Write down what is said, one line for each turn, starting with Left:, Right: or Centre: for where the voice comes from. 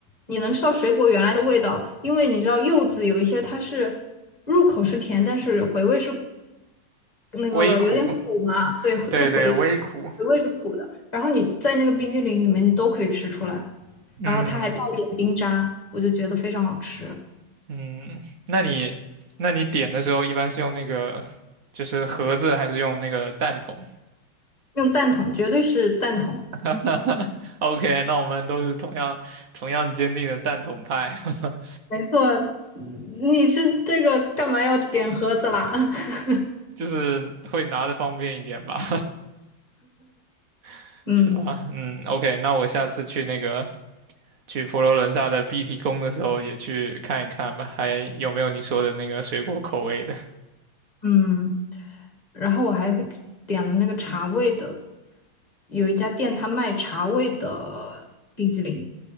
Left: 你能吃到水果原来的味道，因为你知道柚子有一些它是入口是甜，但是回味是那个有点苦嘛，
Right: 微苦，
Left: 对，
Right: 对对，
Left: 就回
Right: 微苦。
Left: 回味是苦的。然后你在那个冰激凌里面你都可以吃出来，
Right: 嗯
Left: 然后它还带一点冰渣，我就觉得非常好吃。
Right: 嗯，那你那你点的时候一般是用那个就是盒子还是用那个蛋筒？
Left: 用蛋筒，绝对是蛋筒。
Right: <laughs> OK，那我们都是同样同样坚定的蛋筒派，<laughs>
Left: 没错，嗯你是这个干嘛要点盒子啦？<laughs>
Right: 就是会拿的方便一点吧，<laughs>
Left: 嗯
Right: 是吧？嗯，OK，那我下次去那个去佛罗伦萨的碧提宫的时候也去看一看吧，还有没有你说的那个水果口味的
Left: 嗯，然后我还点了那个茶味的，有一家店它卖茶味的冰激凌，